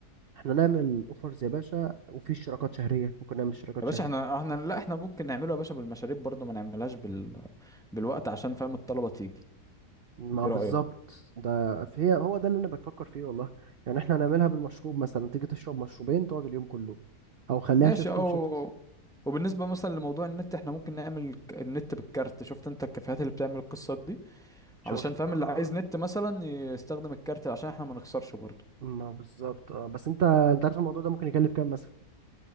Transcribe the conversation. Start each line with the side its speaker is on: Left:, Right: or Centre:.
Right: احنا نعمل اوفرز يا باشا وفي اشتراكات شهريه ممكن نعمل اشتراكات
Centre: يا
Right: شهريه
Centre: باشا احنا احنا لا احنا ممكن نعمله يا باشا بالمشاريب برضو ما نعملهاش بال... بالوقت عشان فاهم الطلبة تيجي
Right: ما
Centre: ايه
Right: بالظبط
Centre: رأيك
Right: ده فهي هو ده اللي انا بفكر فيه والله يعني احنا هنعملها بالمشروب مثلا تيجي تشرب مشروبين تقعد اليوم كله او خليها
Centre: ماشي
Right: شفت
Centre: او
Right: وشفت
Centre: وبالنسبة مثلا لموضوع النت احنا ممكن نعمل ك- النت بالكارت شفت انت الكافيهات اللي بتعمل القصات دي
Right: شفت
Centre: علشان فاهم
Right: آه.
Centre: اللي عايز نت مثلا يستخدم الكارت عشان احنا ما نخسرش برضه
Right: ما بالظبط اه بس انت انت عارف الموضوع ده ممكن يكلف كام مثلا